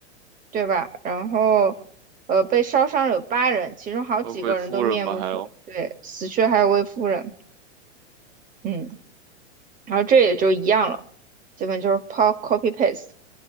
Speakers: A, on the right; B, on the right.
A: 对吧？然后，呃，被烧伤有八人，其中好几个人都面目全对，
B: 呃，未夫人吧，还有，
A: 死去还有位夫人。嗯，然后这也就一样了，基本就是 po- copy paste。